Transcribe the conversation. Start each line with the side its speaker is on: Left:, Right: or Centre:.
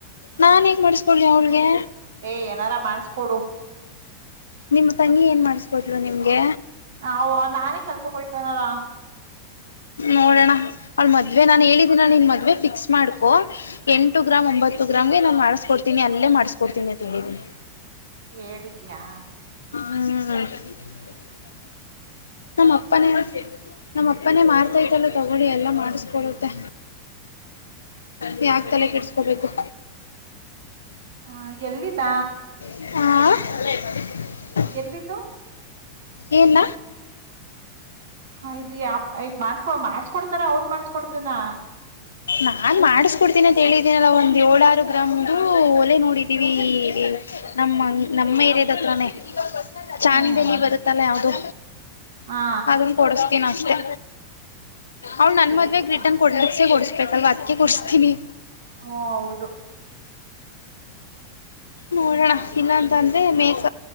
Left: ನಾನು ಹೇಗೆ ಮಾಡಿಸ್ಕೊಳ್ಳಿ ಅವ್ಳಿಗೆ
Right: ಏ ಏನಾರ ಮಾಡಸ್ಕೊಡು
Left: ನಿಮ್ಮ ತಂಗಿ ಏನು ಮಾಡಿಸ್ಕೊಟ್ರು ನಿಮಗೆ
Right: ಅವ್ ನಾನೇ ಕೆಲ್ಸಕ್ ಹೋಯ್ತವನಲ್ಲ
Left: ನೋಡಣ ಅವಳ ಮದ್ವೆ ನಾನ್ ಹೇಳಿದೀನ ನಿನ್ ಮದ್ವೆ ಫಿಕ್ಸ್ ಮಾಡ್ಕು
Right: ಹ್ಮ
Left: ಎಂಟು ಗ್ರಾಮ್ ಒಂಬತ್ತು ಸುಗ್ರಾಮ್ಗೆ ನಾನು ಮಾಡಸ್ಕೊಡ್ತೀನಿ ಅಲ್ಲೇ ಮಾಡ್ಕೊಡ್ತೀನಿ ಅಂತ ಹೇಳಿದೀನಿ
Right: ಹೇಳಿದ್ಯಾ
Left: ಹ್ಮ ನಮ್ಮ ಅಪ್ಪನೇ ನಮ್ಮ ಅಪ್ಪನೇ ಮಾರ್ತೈತಲ್ಲ ತಗೊಳ್ಳಿ ಎಲ್ಲ ಮಾಡಿಸಕೊಳ್ಳುತ್ತೆ ನೀ ಆಗ್ತಲೆ ಕೆಡ್ಸಕೋಬೇಕು
Right: ಹ ಎಲ್ಲಿದ್ದಾ
Left: ಆ
Right: ಎಲ್ಲಿದ್ದು
Left: ಏನ್
Right: ಹ ಈಗ ಮಾಡ್ಸ್ಕೊ ಮಾಡ್ಸ್ಕೊಡ್ತಾರ ಅವರು ಮಾಡ್ಸ್ಕೊಡದನಾ
Left: ನಾನ್ ಮಾಡಿಸಕೊಡ್ತೀನಿ ಅಂತ ಹೇಳಿದೀನಲ್ಲ ಒಂದ್ ಏಳ್ರು ಗ್ರಾಮ್ ಒಲೆ ನೋಡಿ ವಿ ನಮ್ಮ ನಮ್ಮ ಏರಿಯಾದ ಹತ್ರಾನೇ ಚಾಂದ್
Right: ಹ್ಮ್
Left: ಬೆಲಿ ಬರುತ್ತಲ್ಲ ಯಾವ್ದು
Right: ಹಾ
Left: ಅದನ್ ಕೊಡಸ್ತೀನ ಅಷ್ಟೆ ಅವ್ ನನ್ನ
Right: ಕೂಡ್ಸ್ಬ
Left: ಮದುವೆಗೆ ರಿಟನ್ ಕೊಡ್ಲಿಕ್ಕೆಸೇ ಕೊಡ್ಸ ಪ್ರಕಾರಲ್ ಅದಕ ಕೊಡಸ್್ತೀನಿ
Right: ಹ ಹೌದು
Left: ನೋಡೋಣ ಇಲ್ಲಾಂತಂದ್ರೆ ಮೇಕ